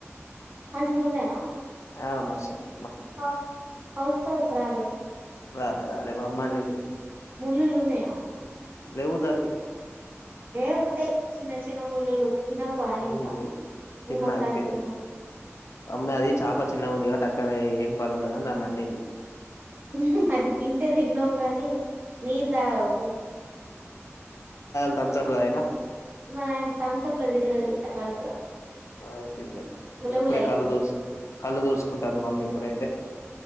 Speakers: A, on the right; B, on the left.
A: మంచిగున్నాయా
B: ఆ మస్తుంది
A: హ కౌస్ కౌస్ రాలె
B: రాలే రాలే మమ్మండింది
A: ముళ్ళులున్నాయా
B: లేవు దాన్కి
A: ఏ ఉంటయ్ చిన్న చిన్న ముల్లులు తినకు ఆయింత
B: ఏమ్ ముయ్యు తిన్న
A: ఇంకోసారి
B: అయిపోన్ద్
A: తినవు.
B: మమ్మే అది చాప చెర్ అన్నం ఉంది కాబట్టి అక్కడే ఏం పని ఉండదని దాన్ని అండింది
A: ఊహ్హ్మ్ అది తింటే తిన్నావ్ గానీ నీల్ల్ తాగకు
B: ధాంసప్ తాగిన
A: మరి అయింతా ధాంసప్లోతిరిగేయ్ గిట్ట కడుపుల
B: ఆ తినది హ్
A: గులగుల
B: ఇప్పుడే
A: అయితది
B: కళ్ళు తుడ్స్ కళ్ళు తుడస్కుంటాన్ది మమ్మీ ఇప్పుడే అయితే